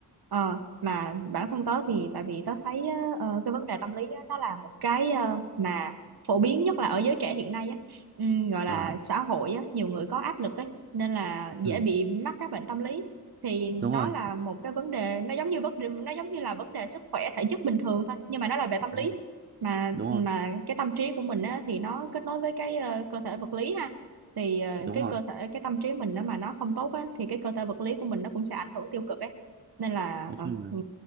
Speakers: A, on the right; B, on the right.
A: Ờ, mà bản thân tớ thì tại vì tớ thấy ờ, ờ, cái vấn đề tâm lý á, nó là một cái ờ, mà phổ biến nhất là ở giới trẻ hiện nay á, Ừm, gọi là
B: À,
A: xã hội á, nhiều người có áp lực ấy nên là dễ
B: ừ,
A: bị mắc các bệnh tâm lý thì nó
B: đúng rồi,
A: là một cái vấn đề nó giống như vấn đề nó giống như là vấn đề sức khỏe thể chất bình thường thôi nhưng mà nó là về tâm
B: đúng
A: lý mà
B: đúng
A: mà
B: rồi,
A: cái tâm trí của mình á, thì nó kết nối với cái ờ, cơ thể vật lý ha thì ờ,
B: đúng
A: cái
B: rồi.
A: cơ thể cái tâm trí mình nó mà nó không tốt á, thì cái cơ thể vật lý của mình nó cũng sẽ ảnh hưởng tiêu cực ấy nên là
B: Nói
A: ờ,
B: chung là,
A: ừ,